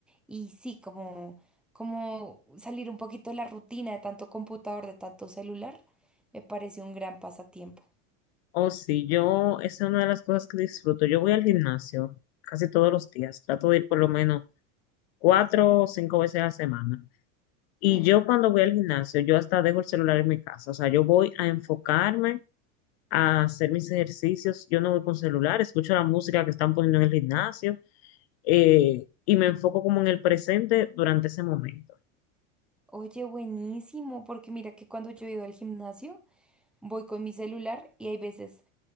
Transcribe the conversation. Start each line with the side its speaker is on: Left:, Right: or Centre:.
Centre: y sí, como, como salir un poquito de la rutina de tanto computador, de tanto celular, me parece un gran pasatiempo.
Left: O si yo, esa es una de las cosas que disfruto. Yo voy al gimnasio casi todos los días, trato de ir por lo menos cuatro o cinco veces a la semana. Y
Centre: Ah,
Left: yo cuando voy al gimnasio, yo hasta dejo el celular en mi casa, o sea, yo voy a enfocarme, a hacer mis ejercicios, yo no voy con celular, escucho la música que están poniendo en el gimnasio eh, y me enfoco como en el presente durante ese momento.
Centre: Oye, buenísimo, porque mira que cuando yo he ido al gimnasio, voy con mi celular y hay veces